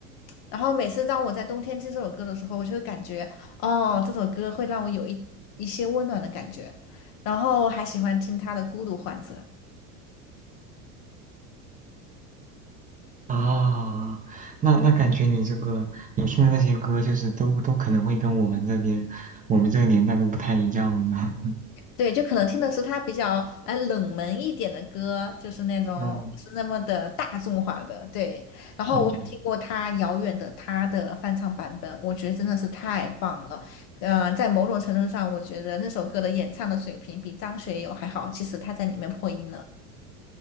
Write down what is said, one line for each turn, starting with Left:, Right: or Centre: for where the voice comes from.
Left: 然后每次当我在冬天听这首歌的时候，我就会感觉哦，这首歌会让我有一一些温暖的感觉，然后还喜欢听他的《孤独患者》。
Right: 啊、那那感觉你这个你听的那些歌，就是都都可能会跟我们这边我们这个年代都不太一样呢。<laughs>
Left: 对，就可能听的是他比较呃冷门一点的歌，
Right: 嗯，
Left: 就是那种不是那么的大众化的。
Right: 哦，
Left: 对，然后我还听过他《遥远的他》的翻唱版本，
Right: 哦
Left: 我觉得真的是太棒了。呃，在某种程度上，我觉得那首歌的演唱的水平比张学友还好。其实他在里面破音了。